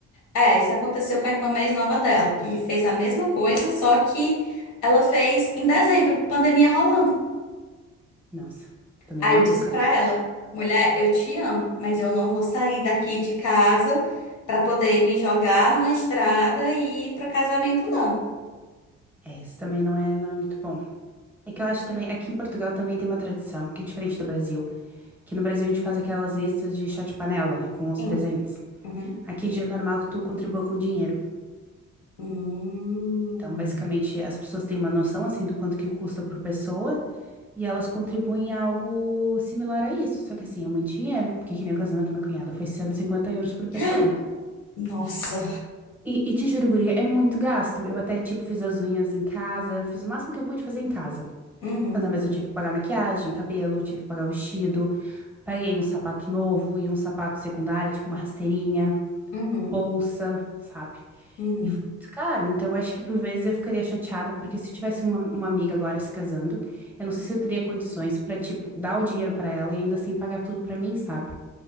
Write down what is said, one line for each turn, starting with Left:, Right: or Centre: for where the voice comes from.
Left: É, isso aconteceu com a irmã mais nova dela, que fez a mesma coisa, só que ela fez em dezembro, pandemia rolando.
Centre: Nossa, também
Left: Aí
Centre: é maluca.
Left: eu disse pra ela, mulher, eu te amo, mas eu não vou sair daqui de casa pra poder me jogar numa estrada e ir pro casamento, não.
Centre: É, isso também não é, não é muito bom. É que eu acho também, aqui em Portugal também tem uma tradição, que é diferente do Brasil, que no Brasil a gente faz aquelas listas de chá de panela, né, com os
Left: Hum,
Centre: presentes.
Left: uhum,
Centre: Aqui já é normal que tu contribua com dinheiro.
Left: hum.
Centre: Então, basicamente, as pessoas têm uma noção assim do quanto que custa por pessoa e elas contribuem a algo similar a isso. Só que assim, é muito dinheiro, porque que nem o casamento da minha cunhada foi 150 euros por pessoa.
Left: <gasps> Nossa.
Centre: E, e te juro, guria, é muito gasto. Eu até, tipo, fiz as unhas em casa, fiz o máximo que eu pude fazer em casa.
Left: Uhum,
Centre: Mas, na mesma, eu tive que pagar maquiagem, cabelo, tive que pagar vestido, paguei um sapato novo e um sapato secundário, tipo uma rasteirinha.
Left: uhum,
Centre: bolsa, sabe?
Left: uhum.
Centre: E foi muito caro. Então, eu acho que por vezes eu ficaria chateada, porque se tivesse uma, uma amiga agora se casando, eu não sei se eu teria condições pra, tipo, dar o dinheiro pra ela e ainda assim pagar tudo pra mim, sabe?